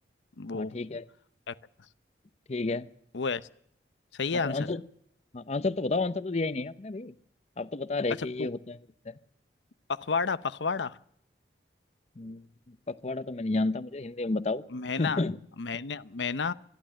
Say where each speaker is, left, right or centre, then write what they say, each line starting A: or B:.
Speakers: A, on the left; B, on the left.
A: वो
B: हाँ ठीक है
A: क्या कहते हैं?
B: ठीक है
A: वो है सही
B: हाँ
A: है आंसर
B: तो आंसर हाँ आंसर तो बताओ आंसर तो दिया ही नहीं है आपने भाई आप तो बता रहे
A: अच्छा
B: कि
A: पु-
B: ये होता है वो होता है
A: पखवाड़ा पखवाड़ा
B: हम्म, पखवाड़ा तो मैं नहीं जानता मुझे हिंदी में बताओ
A: महीना
B: <laughs>
A: महीने महीना